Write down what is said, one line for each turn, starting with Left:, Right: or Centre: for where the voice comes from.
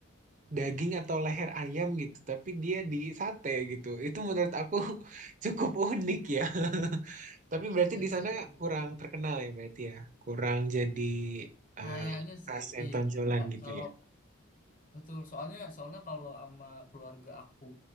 Right: daging atau leher ayam gitu, tapi dia di sate gitu. Itu menurut aku <laughs> cukup unik ya. <laughs> Tapi berarti
Left: Asia
Right: di sana
Left: sih.
Right: kurang terkenal ya berarti ya. Kurang jadi eh,
Left: Kayaknya
Right: khas
Left: sih,
Right: yang
Left: iya.
Right: tonjolan
Left: Ka-
Right: gitu
Left: Kalau
Right: ya.
Left: Betul, soalnya soalnya kalau sama keluarga aku